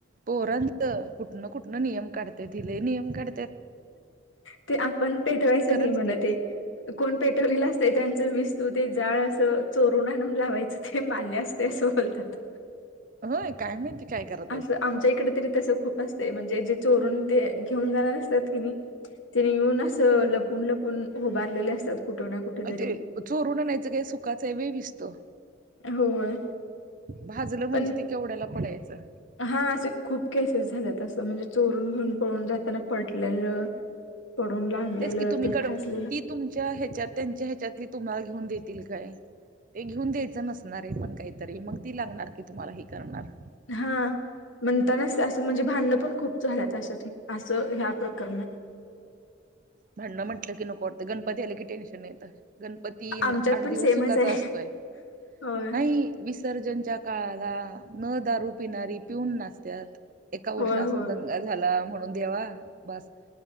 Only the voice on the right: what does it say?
पोरांच कुठनं कुठनं नियम काढत्याती लय नियम काढ
खरंच
की
होय काय माहिती. काय करत्यात
अ ते चोरून आनायचं काय सुखाच वेळ विसतो.
भाजलं म्हणजे
ते केवड्याला पडायचं.
तेच की तुम्ही
कड
ती तुमच्या ह्याच्यात त्यांच्या ह्याच्यातली तुम्हाला घेऊन दे का ते घेऊन द्यायच नसणारे पण काहीतरी मग ती लागणार की तुम्हाला ही करणार ती
भांडणं म्हंटलं की नको वाटतं गणपती आले कि टेन्शन येत. गणपती
आठ
दिवस
सुखाचा
असतोय
नाही विसर्जनच्या काळात न दारू पिणारी पिऊत नसत्यात वर्ष
अस
दंग झाला म्हण देवा बस